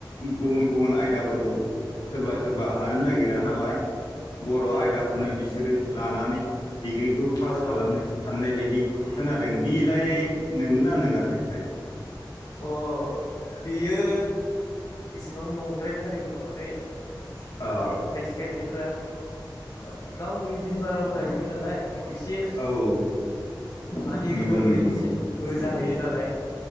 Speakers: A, on the left; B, on the left.
A: बन <inaudible> गुबुन आयदाफोरखौ
B: उम
A: सोरबा सोरबा हानो नागिरा नालाय। बर' आयदाखौनो
B: उम
A: बिसोरो लानानै डिग्रिखौ
B: अ
A: पास खालामनो साननाय बायदि
B: उम
A: खोनादों, बिलाय नोंगोना नोङाथो फाय
B: अ बेयो इसिबां नंद्रायथारिबो नङा दैे नोंथां।
A: अ
B: माने खायसे खायसे देब्रा मा ओनो गावनि बिमा राव जाहैबाय नालाय। एसे
A: औ
B: माने
A: नंगौ
B: गोरलैसिनबो
A: नंगौ नंगौ
B: जाहैयो नालाय।